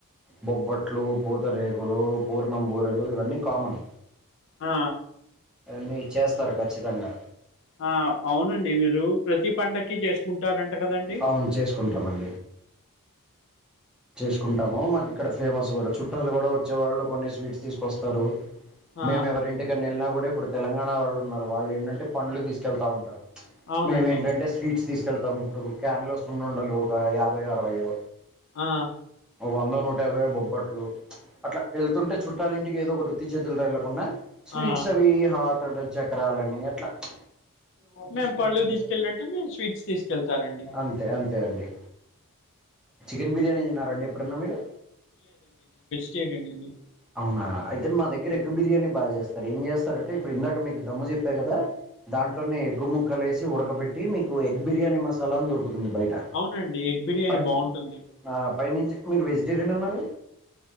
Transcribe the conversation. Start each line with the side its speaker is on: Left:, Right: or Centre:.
Centre: బొబ్బట్లు పూతరేకులు. పూర్ణం బూరెలు ఇవన్నీ కామన్
Left: ఆ
Centre: అన్నీ చేస్తారు ఖచ్చితంగా.
Left: ఆ అవునండి మీరు ప్రతి పండక్కి చేసుకుంటారంట కదండి
Centre: అవును చేసుకుంటాం. చేసుకుంటాము మాకు ఇక్కడ ఫేమస్ కూడా. చుట్టాలు కూడా వచ్చే వాళ్ళు కొన్ని స్వీట్స్ తీసుకొస్తారు
Left: ఆ
Centre: మేము ఎవరి ఇంటికని వెళ్ళినా కూడా ఇప్పుడు. తెలంగాణ వాళ్ళు ఉన్నారు వాళ్ళు ఏంటంటే పండ్లు తీసుకెళ్తా ఉంటారు.
Left: అవునండి
Centre: మేము ఏంటంటే స్వీట్స్ తీసుకెళ్తాం ఇప్పుడు క్యాన్ లో సున్న ఉండాల ఒక యా భైయె అరవైయె
Left: ఆ
Centre: ఒక వంద నూట యాభైయె బొబ్బట్లు. అట్లా వెళ్తుంటే చుట్టాలింటికి ఏదో ఒకటి రుత్తి చేతులుతో వెళ్లకుండా స్వీట్స్
Left: ఆ
Centre: అవి హట్. చక్రాలని అట్లా ప్చ్.
Left: మేము పళ్ళు తీసుకెళ్ళినట్టు మీరు స్వీట్స్ తీసుకెళ్తారండి.
Centre: అంతే అంతే అండి చికెన్ బిర్యానీ తిన్నారండి ఎప్పుడన్న మీరు
Left: చెకనండి
Centre: అవునా అయితే మా దగ్గర ఎగ్గు బిర్యానీ బాగా చేస్తారు ఏం చేస్తారంటే ఇప్పుడు ఇందాక మీకు దమ్ము చెప్పా కదా దాంట్లోనే ఎగ్గు ముక్కలు వేసి ఉడకబెట్టి మీకు ఎగ్ బిర్యానీ మసాలా అని దొరుకుతుంది బయట
Left: అవునండి ఎగ్ బిర్యానీ
Centre: ప
Left: బాగుంటుంది
Centre: ఆ పైనుంచి మీరు వెజిటేరియన్ అన్నారు